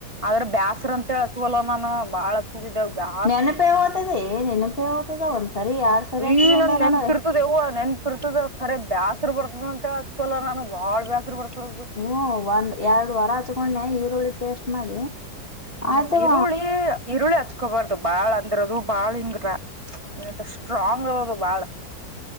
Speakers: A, on the right; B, on the left.
A: ಆದ್ರೆ ಬ್ಯಾಸ್ರ ಅಂತೇಳಿ ಹಚ್ಕೊಲ್ಲ ನಾನ ಬಾಳ್ ಅಚ್ಕ ದುಗದಾ
B: ನೆನಪೇ ತದ ನೆನಪೇ ಓ್ತದ ಒಂದ್ಸರಿ ಎರಡ್ ಸರಿ
A: ಅಯ್ಯ
B: ಆಯತಂಡ
A: ನನ್ ನೆನ್ಪಿರ್ತದ
B: ನೋಡ
A: ಯವ್ವ ನೆನ್ಪಿರ್ತದ ಕರೆ ಬ್ಯಾಸ್ರ್ ಬರ್ತದಂತ್ ಹೇಳ್ ಹಚ್ಕೊಲ್ಲ ನಾನು ಬಾಳ್ ಬ್ಯಸ್ರು ಬರ್ತದದು.
B: ಹ್ಮ್ಮ್ ಒಂದ್ ಎರ್ಡ್ ವಾರ ಹಚ್ಕೊಂಡ್ನ್ಯ ಈರುಳ್ಳಿ ಪೇಸ್ಟ್ ಮಾಡಿ.
A: ಹ್ಮ್
B: ಆತವ.
A: ಈರುಳ್ಳಿ ಈರುಳ್ಳಿ ಹಚ್ಕೋಬಾರ್ದು ಬಾಳ್ ಅಂದ್ರದು ಬಾಳ್ ಹಿಂಗ್ರಾ ಏನಂತರ್ ಸ್ಟ್ರಾಂಗ್ ಅದದು ಬಾಳ.